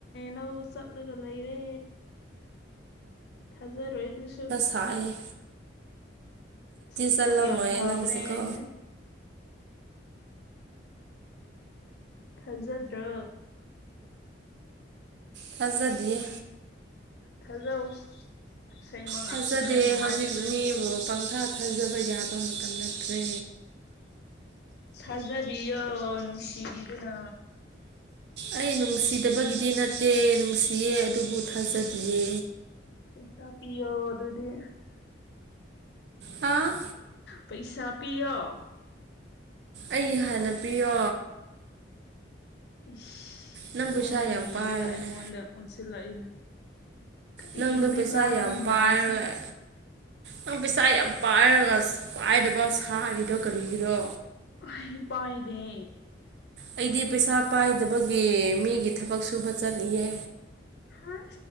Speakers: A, on the left; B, on the right.
A: ꯂꯧ ꯆꯠꯂꯒ ꯂꯩꯔꯦ ꯊꯥꯖꯔꯣꯏ ꯑꯥꯗꯨꯁꯨ
B: ꯊꯥꯏ
A: ꯊꯕꯛ
B: ꯆꯠꯂꯝꯃꯣꯏ
A: ꯌꯥꯝ ꯐꯕꯅꯦ
B: ꯅꯪꯁꯦꯀꯣ
A: ꯑꯩꯗꯤ ꯊꯥꯖꯗ꯭ꯔꯣ
B: ꯊꯖꯥꯗꯤꯌꯦ
A: ꯊꯥꯖꯧ ꯑꯁꯦꯡꯕ ꯉꯥꯛꯇꯅꯦ
B: ꯊꯥꯖꯗꯦ
A: ꯑꯩꯅ
B: ꯍꯧꯖꯤꯛ
A: ꯍꯥꯏꯕꯁꯦ
B: ꯃꯤꯕꯨ ꯄꯪꯊꯥ ꯊꯥꯖꯕ ꯌꯥꯕ ꯃꯇꯝ ꯅꯠꯇ꯭ꯔꯦ
A: ꯊꯖꯕꯤꯌꯣ ꯅꯨꯡꯁꯤꯕꯤꯗꯨꯅ
B: ꯑꯩ ꯅꯨꯡꯁꯤꯗꯕꯒꯤꯗꯤ ꯅꯠꯇꯦ ꯅꯨꯡꯁꯤꯌꯦ ꯑꯗꯨꯕꯨ ꯊꯥꯖꯗꯤꯌꯦ
A: ꯄꯩꯁꯥ ꯄꯤꯌꯣ ꯑꯗꯨꯗꯤ
B: ꯍꯥꯥ
A: ꯄꯩꯁꯥ ꯄꯤꯌꯣ
B: ꯑꯩ ꯍꯥꯟꯅ ꯄꯤꯌꯣ
A: ꯏꯁ
B: ꯅꯪ
A: ꯃꯉꯣꯟꯗ
B: ꯄꯩꯁꯥ ꯌꯥꯝ
A: ꯅꯤꯔꯒ
B: ꯄꯥꯏꯕꯅꯦ
A: ꯑꯩꯉꯣꯟꯗ ꯑꯣꯟꯁꯤꯜꯂꯛꯏꯅ ꯀꯔꯤꯅꯣꯅꯦ
B: ꯅꯪꯗꯣ ꯄꯩꯁꯥ
A: ꯀꯥꯡ
B: ꯌꯥꯝ
A: ꯃꯌꯥꯝꯁꯦ
B: ꯄꯥꯏꯔꯒ ꯅꯪ ꯄꯩꯁꯥ ꯌꯥꯝ ꯄꯥꯏꯔꯒ ꯄꯥꯏꯗꯕ ꯁꯥꯔꯤꯗꯣ ꯀꯔꯤꯒꯤꯔꯣ
A: ꯑꯩ ꯄꯥꯏꯗꯦ
B: ꯑꯩꯗꯤ ꯄꯩꯁꯥ ꯄꯥꯏꯗꯕꯒꯤ ꯃꯤꯒꯤ ꯊꯕꯛ ꯁꯨꯕ ꯆꯠꯂꯤꯌꯦ
A: ꯍꯥ